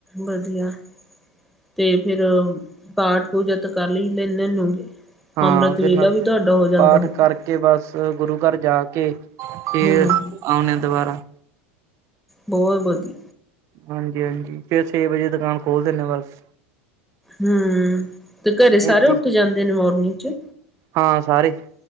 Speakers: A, in the centre; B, on the right (about 45°).
A: ਵਧੀਆ। ਤੇ ਫੇਰ ਪਾਠ ਪੂਜਾ ਤਾਂ ਕਰ ਲਈ ਲੈਦੇ ਏਨੇ ਨੂੰ।
B: ਹਾਂ
A: ਅੰਮ੍ਰਿਤ ਵੇਲਾ
B: ਫਿਰ ਮੈਂ
A: ਵੀ ਤੁਹਾਡਾ
B: ਪਾਠ
A: ਹੋਊਗਾ
B: ਕਰਕੇ ਬਸ ਗੁਰੂ ਘਰ ਜਾ ਕੇ ਫੇਰ
A: ਹਮ
B: ਆਉਂਣੇ ਦੁਬਾਰਾ‌।
A: ਬਹੁਤ ਵਧੀਆ।
B: ਹਾਂਜੀ-ਹਾਂਜੀ। ਫੇਰ ਛੇ ਵਜੇ ਦੁਕਾਨ ਖੋਲ ਦਿੰਨੇ ਆ ਬਸ।
A: ਹਮ ਤੇ ਘਰੇ ਸਾਰੇ
B: ਏਦੀ
A: ਉੱਠ ਜਾਂਦੇ ਨੇ ਮੋਰਨਿੰਗ ਚ?
B: ਹਾਂ ਸਾਰੇ